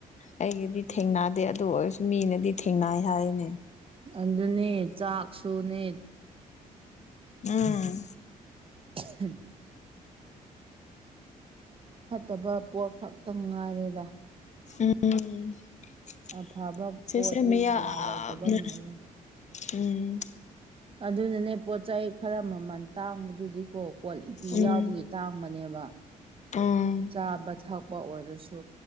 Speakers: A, on the left; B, on the right.
A: ꯑꯩꯒꯤꯗꯤ ꯊꯦꯡꯅꯗꯦ ꯑꯗꯨ ꯑꯣꯏꯔꯁꯨ ꯃꯤꯅꯗꯤ ꯊꯦꯡꯅꯩ ꯍꯥꯏꯌꯦ
B: ꯑꯗꯨꯅꯦ ꯆꯥꯛꯁꯨꯅꯦ
A: ꯎꯝ
B: <unintelligible> ꯐꯠꯇꯕ ꯄꯣꯠ ꯈꯛꯇꯪ ꯉꯥꯏꯔꯦꯗ
A: ꯎꯝ <unintelligible>
B: ꯑꯐꯕ
A: ꯁꯤꯁꯦ
B: ꯄꯣꯠꯗꯤ
A: ꯃꯤꯌꯥꯝꯅ
B: ꯀꯌꯥ ꯂꯩꯇꯕ ꯃꯥꯜꯂꯦ
A: ꯎꯝ
B: ꯑꯗꯨꯅꯅꯦ ꯄꯣꯠ ꯆꯩ ꯈꯔ ꯃꯃꯜ ꯇꯥꯡꯕꯗꯨꯗꯤꯀꯣ ꯀ꯭ꯋꯥꯂꯤꯇꯤ
A: ꯎꯝ
B: ꯌꯥꯎꯕꯒꯤ ꯇꯥꯡꯕꯅꯦꯕ
A: ꯎꯝ
B: ꯆꯥꯕ ꯊꯛꯄ ꯑꯣꯏꯔꯁꯨ